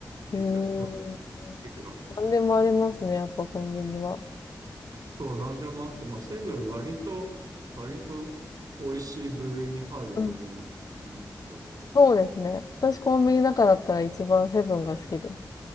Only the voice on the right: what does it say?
みたいな、
いくらとかで。
そう、なんでもあって、まあ、セブン割と、割と美味しい部類に入ると思うんで、
コンビニの中だと。